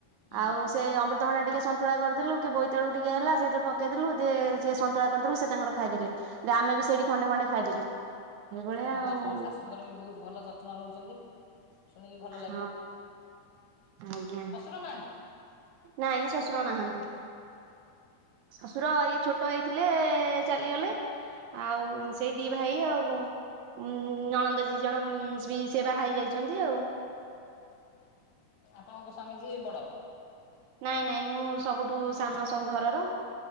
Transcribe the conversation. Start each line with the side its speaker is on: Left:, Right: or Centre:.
Left: ହୁଁ
Right: ଆଉ ସେ ଅମୃତଭଣ୍ଡା ଟିକେ ସ ନ୍ତୁଳା କରିଦେଲୁ କି ବୋଇତାଳୁ ଟିକେ ହେଲା ସେଇଥେରେ ପକେଇଦେଲୁ ଦେ ସିଏ ସନ୍ତୁଳା କରିଦେଲୁ ସେ ତାଙ୍କର ଖାଇଦେଲେ। ଦେ ଆମେବି ସେଇଠି ଖଣ୍ଡେ ଖଣ୍ଡେ ଖାଇଦେଲୁ। ଏଇଭଳିଆ
Left: ଯାହା ହଉ
Right: ଆଉ
Left: ଆପଣଙ୍କ ଶାଶୁଙ୍କର ବି ବହୁତ୍ ଭଲ ଯତ୍ନ ନୋଉଚନ୍ତି ଶୁଣିକି ଭଲ
Right: ହଁ
Left: ଲାଗିଲା।
Right: ଆଜ୍ଞା।
Left: ଶଶୁର ନାହାନ୍ତି
Right: ନାଇଁ ଶଶୁର ନାହାନ୍ତି। ଶଶୁର ଇଏ ଛୋଟ ହେଇଥିଲେ ଚାଲିଗଲେ। ଆଉ ଉଁ ସେଇ ଦି ଭାଇ ଆଉ ଉଁ। ଉଁ ଉଁ ଉଁ ନଣନ୍ଦ ଜୀ ଜଣ ଉଁ ଉଁ ଉମ୍ସ ବି ସେ ବାହାହେଇ ଯାଇଚନ୍ତି ଆଉ।
Left: ଆପଣଙ୍କ ସ୍ଵାମୀ ଯିଏ ବଡ।
Right: ନାଇଁ ନାଇଁ ମୁଁ ସବୁଠୁ ସାନ ସବୁ ଘରର।